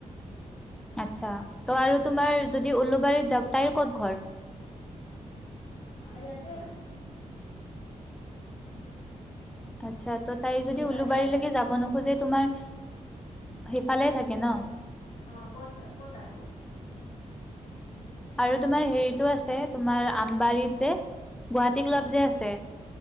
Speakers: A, in the centre; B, on the left.
A: আত্চ্ছা ত আৰু তোমাৰ যদি ওল্লোবাৰীত যাব, তাইৰ ক'ত ঘৰ?
B: আমাৰ ইয়াতে মানে।
A: আচ্ছা ত তাই যদি
B: সিফালে
A: উল্লোবাৰীলৈকে
B: থাকে
A: যাব নোখোজে, তোমাৰ সিফালে থাকে ন।
B: অ ক'ত ক'ত আৰু।
A: আৰু তোমাৰ হেৰিতো আছে তোমাৰ আমবাৰীত যে। গুৱাহাটী
B: অ
A: ক্লাব
B: এইটো
A: যে আছে